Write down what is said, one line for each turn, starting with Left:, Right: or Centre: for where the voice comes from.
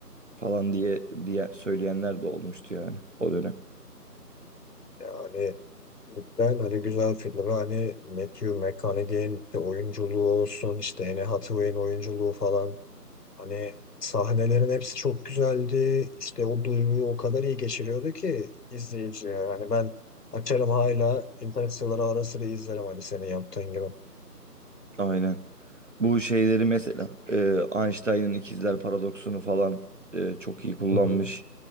Right: falan diye, diye söyleyenler de olmuştu yani o dönem.
Left: Yani ben hani güzel filmi hani Matthew McConaughey'in işte oyunculuğu olsun işte Anne Hathaway'in oyunculuğu falan Hani sahnelerin hepsi çok güzeldi. İşte o duyguyu o kadar iyi geçiriyordu ki izleyiciye. Hani ben açarım hala Interstellar'ı ara sıra izlerim hani senin yaptığın gibi.
Right: Aynen. Bu şeyleri mesela e, Einstein'ın ikizler paradoksunu falan e, çok iyi kullanmış.
Left: Hı hı.